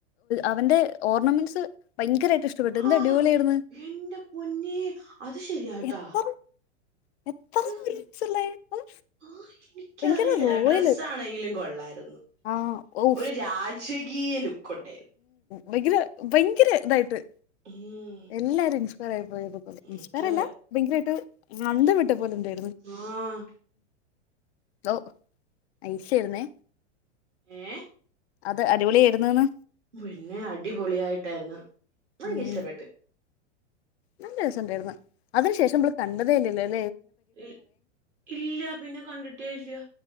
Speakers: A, on the left; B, on the right.
A: അവന്റെ ഓർണമെന്റ്സ് ഭയങ്കരമായിട്ട് ഇഷ്ടപ്പെട്ടു എന്ത്
B: ആഹ്
A: അടിപൊളിയായിരുന്നു
B: എന്റെ പൊന്നെ അത് ശരിയാട്ടാ.
A: എത്ര എത്ര
B: ഹ് ഹ്
A: ഉള്ളേ ഉം,
B: ആഹ് എനിക്കറിയത്തില്ല
A: ഭയങ്കര റോയല്
B: ഡ്രസ്സാണെങ്കിലും. കൊള്ളായിരുന്നു
A: ആ ഓഫ്
B: ഒരു രാജകീയ ലുക്ക് ഉണ്ടായി
A: ബൈങ്കര ഭയങ്കര ഇതായിട്ട്
B: ഉം
A: എല്ലാരും ഇൻസ്പയറായി <unintelligible> ഇൻസ്പറല്ല
B: അതെ
A: ബൈ ങ്കരായിട്ട് അന്തം വിട്ട പോലെ ണ്ടേര്ന്നു.
B: ആഹ്
A: ഓഹ് ഐഷേര്ന്നെ?
B: ഏ.
A: അത് അടിപൊളിയേര്ന്ന് ന്ന്.
B: പിന്നെ അടിപൊളിയായിട്ടേര്ന്ന് പ്പൻക്ക്ശ്ട്ടപ്പെട്ട്.
A: ഉം നല്ല രസംണ്ടേര്ന്ന് അതിനു ശേഷം മ്പൾ കണ്ടതേല്ല്യല്ലോ?
B: ഇൽ ഇല്ല പിന്നെ കണ്ടിട്ടേ ല്ല്യ.